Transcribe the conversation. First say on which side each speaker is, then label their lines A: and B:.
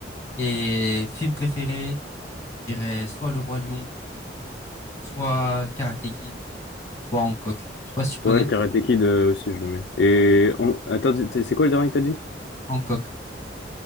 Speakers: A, on the left; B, on the left.
A: Et film préféré, je dirais soit Le Roi Lion, soit Karate Kid, soit Hancock. Je sais pas si tu connais.
B: Ouais, Karate Kid euh, aussi, je le mets. Et on... attends, c'est c'est quoi le dernier que t'as dit?
A: Hancock.